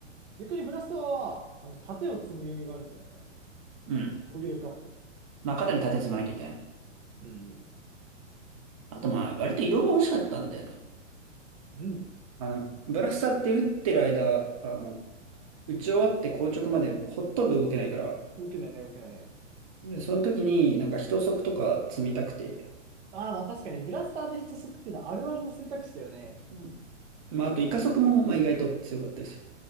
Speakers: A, on the right; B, on the right.
A: 逆にブラスターは、あの、盾を積む余裕があるんじゃないか。
B: うん。
A: 防御力アップ。
B: まあ、肩に立て積まなきゃいけない。
A: うん。
B: あと、まあ、割と移動も欲しかったんだよね。
A: うん。
B: あの、ブラスターって打ってる間、あの、打ち終わって硬直までほとんど動けないから、
A: 動けないね、動けないね。
B: で、その時になんか一足とか積みたくて、
A: ああ、まあ確かに、ブラスターで人削っていうのはあるあるの選択肢だよね。
B: うん。まあ、あと、イカ足も、まあ、意外と強かったですよ